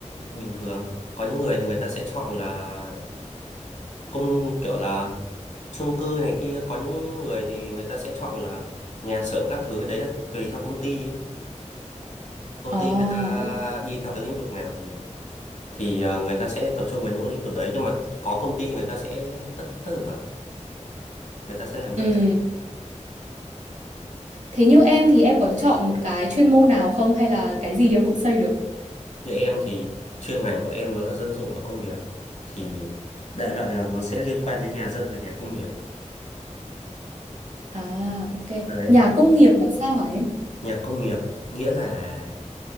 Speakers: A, on the left; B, on the right.
A: bình thường, có những người thì người ta sẽ chọn là công kiểu là chung cư này kia, có những người thì người ta sẽ chọn là nhà xưởng các thứ, đấy là tùy theo công ty ấy. Công
B: À,
A: ty người ta
B: ok.
A: đi theo cái lĩnh vực nào thì thì ờ, người ta sẽ tập trung vào những lĩnh vực đấy nhưng mà có công ty người ta sẽ tất tất tần tật, người ta sẽ làm tất
B: Ừ.
A: cả
B: Thế như em thì em có chọn một cái chuyên môn nào không hay là cái gì em cũng xây được?
A: Như em thì chuyên ngành của em nó là dân dụng và công nghiệp thì đại loại là nó sẽ liên quan đến nhà dân và nhà công nghiệp
B: À ok.
A: đấy
B: Nhà công nghiệp là sao hả em?
A: nhà công nghiệp nghĩa là